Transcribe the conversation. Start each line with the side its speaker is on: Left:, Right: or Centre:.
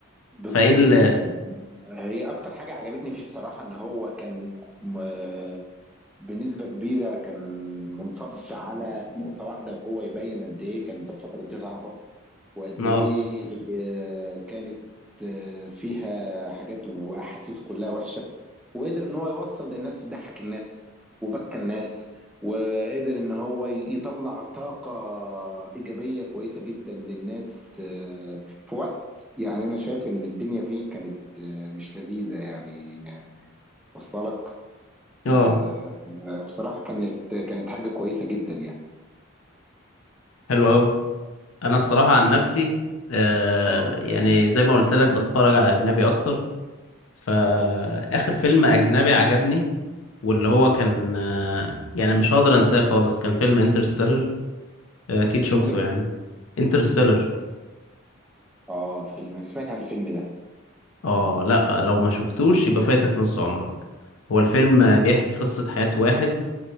Centre: بالظبط
Left: فايه ال...
Centre: كده هي أكتر حاجة عجبتني فيه بصراحة إن هو كان م- بنسبة كبيرة كان منصب على نقطة واحدة وهو يبين قد إيه كانت الفترة دي صعبة وقد
Left: اه
Centre: إيه آه، كانت آه، فيها حاجات واحاسيس كلها وحشه وقدر ان هو يوصل للناس ضحك الناس وبكى الناس وقدر ان هو ي- يطلع طاقه ايجابيه كويسه جدا للناس آه، في وقت يعني انا شايف ان الدنيا فيه كانت آه، مش لذيذه يعني واصله لك
Left: اه
Centre: آه، آه، بصراحه كانت كانت حاجه كويسه جدا يعني
Left: حلو قوي انا الصراحة عن نفسي آه
Centre: اه
Left: يعني زي ما قلت لك بتفرج على اجنبي اكتر فاخر فيلم اجنبي عجبني واللي هو كان آه، يعني مش هقدر انساه خالص كان فيلم انترستيلر اكيد شفته
Centre: اسمه ايه؟
Left: يعني انترستيلر
Centre: اه فيلم انا سمعت عن الفيلم ده
Left: اه لا لو ما شفتوش يبقى فايتك نص عمرك هو الفيلم بيحكي قصة حياة واحد